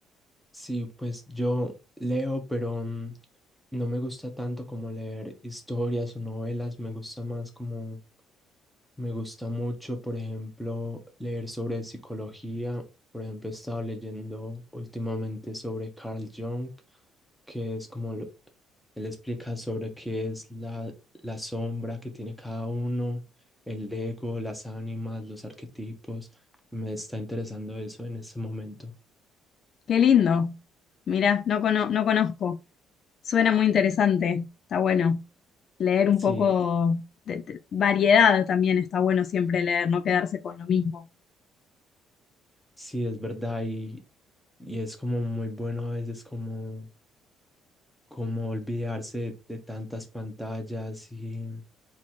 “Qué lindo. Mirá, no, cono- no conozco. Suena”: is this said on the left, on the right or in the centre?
Left